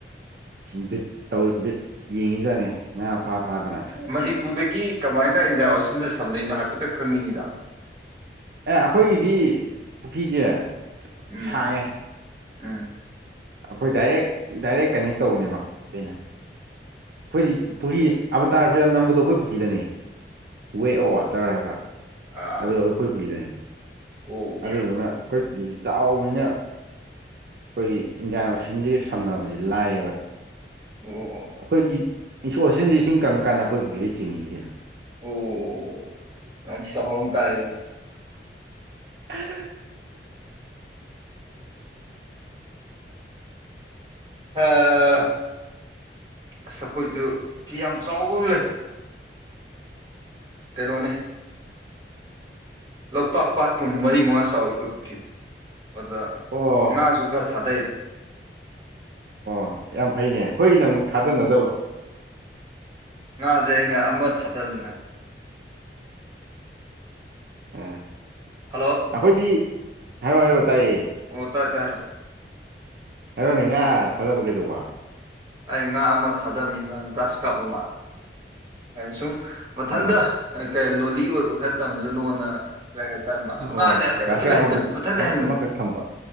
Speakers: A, on the right; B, on the right.
A: ꯁꯨꯝ ꯕꯤꯠ ꯇꯧ ꯕꯤꯠ ꯌꯦꯡꯉꯤꯖꯥꯠꯅꯤ ꯉꯥ ꯐꯥ ꯐꯥꯗꯅ
B: ꯃꯅꯤꯄꯨꯔꯗꯒꯤ ꯀꯃꯥꯏꯅ ꯏꯟꯗꯤꯌꯥ ꯑꯣꯁꯤꯟꯗ ꯁꯝꯅꯅꯣ ꯍꯥꯏꯐꯦꯠꯇꯪ ꯈꯪꯅꯤꯡꯉꯤꯗ
A: ꯑꯦ ꯑꯩꯈꯣꯏꯒꯤꯗꯤ ꯄꯨꯈ꯭ꯔꯤꯁꯦ
B: ꯎꯝ
A: ꯁꯥꯡꯉꯦ
B: ꯎꯝ
A: ꯑꯩꯈꯣꯏ ꯗꯥꯏꯔꯦꯛ ꯗꯥꯏꯔꯦꯛ ꯀꯟꯅꯦꯛ ꯇꯧꯕꯅꯦ ꯃꯈ ꯑꯩꯅ ꯑꯩꯈꯣꯏꯗꯤ ꯄꯨꯈ꯭ꯔꯤ ꯑꯕꯇꯥꯔ ꯐꯤꯂꯝ ꯅꯝꯕꯗꯣ ꯑꯩꯈꯣꯏ ꯄꯨꯈ꯭ꯔꯤꯗꯅꯤ ꯋꯦ ꯑꯣ ꯋꯥꯇꯔ ꯍꯥꯏꯕ꯭ꯔꯥ
B: ꯑꯥ
A: ꯑꯗꯨ ꯑꯩꯈꯣꯏ ꯄꯨꯔꯤꯗꯅꯤ
B: ꯑꯣ
A: ꯑꯗꯨꯗꯨꯅ ꯑꯩꯈꯣꯏ ꯄꯨꯈꯔꯤꯁꯤ ꯆꯥꯎꯕꯅꯤꯅ ꯑꯩꯈꯣꯏꯒꯤ ꯏꯟꯗꯤꯌꯥꯟ ꯑꯣꯁꯤꯟꯁꯤꯒ ꯁꯝꯅꯕꯁ ꯂꯥꯏꯌꯦꯕ
B: ꯑꯣ ꯑꯣ
A: ꯑꯩꯈꯣꯏꯒꯤ ꯏꯁꯣꯔꯁꯤꯡꯁꯦ ꯏꯁꯤꯡ ꯀꯪꯉꯀꯥꯟꯗ ꯑꯩꯈꯣꯏꯕꯨꯒꯤꯗ ꯆꯤꯡꯉꯤꯅꯤ ꯀꯩꯅꯣ
B: ꯑꯣ ꯅ ꯁꯟ ꯇꯥꯏꯔꯤ
A: ꯎꯝ
B: ꯑꯣ ꯑꯁ ꯑꯩꯈꯣꯏꯁꯨ ꯄꯨꯈ꯭ꯔꯤ ꯌꯥꯝ ꯆꯥꯎꯕ ꯑꯃ ꯂꯩ ꯀꯩꯅꯣꯅꯦ ꯂꯣꯛꯇꯥꯛ ꯄꯥꯠꯀꯨꯝꯕ ꯃꯔꯤ ꯃꯉꯥ ꯆꯥꯎꯋꯤ ꯑꯩꯈꯣꯏ ꯄꯨꯈ꯭ꯔꯤꯗꯨ ꯑꯗ
A: ꯑꯣ
B: ꯉꯥꯁꯨ ꯈꯔ ꯊꯥꯗꯩ
A: ꯑꯣ ꯌꯥꯝ ꯐꯩꯅꯦ ꯑꯩꯈꯣꯏꯒꯤꯅ ꯑꯃꯨꯛ ꯊꯥꯗꯅꯗꯕ
B: ꯉꯥꯁꯦ ꯑꯩꯅ ꯑꯃ ꯊꯥꯗꯕꯅꯤꯅ
A: ꯑꯥ
B: ꯍꯜꯂꯣ
A: ꯑꯩꯈꯣꯏꯗꯤ ꯍꯥꯏꯔꯣꯑꯣ ꯍꯥꯏꯔꯛꯑꯣ ꯇꯥꯏꯌꯦꯦ
B: ꯑꯣ ꯇꯥꯏ ꯇ ꯍꯥꯏꯔꯣ
A: ꯍꯥꯏꯔꯣꯅꯦ ꯉꯥ ꯊꯥꯗꯕ ꯀꯩꯗꯧꯕ
B: ꯑꯩ ꯉꯥ ꯑꯃ ꯊꯥꯗꯃꯤꯥꯡ ꯒ꯭ꯔꯥꯁ ꯀꯥꯞ ꯑꯃ ꯑꯩ ꯁꯨꯝ ꯃꯊꯟꯇ
A: ꯑꯥ
B: ꯀꯔꯤ ꯂꯣꯂꯤ ꯑꯣꯏꯕ ꯈꯔ ꯇꯝꯖꯅꯣꯅ ꯀꯔꯤ ꯍꯥꯏꯇꯥꯔꯃ ꯉꯥꯁꯦ
A: ꯑꯣ
B: ꯑꯇꯩ
A: ꯒ꯭ꯔꯥꯁ
B: ꯑꯝꯇ ꯂꯩꯍꯟꯗꯕ
A: ꯀꯥꯞ ꯑꯃꯈꯛ
B: ꯃꯊꯠ ꯂꯩꯍꯟꯕꯅꯦ
A: ꯑꯃ ꯑꯃꯈꯛ ꯊꯝꯕ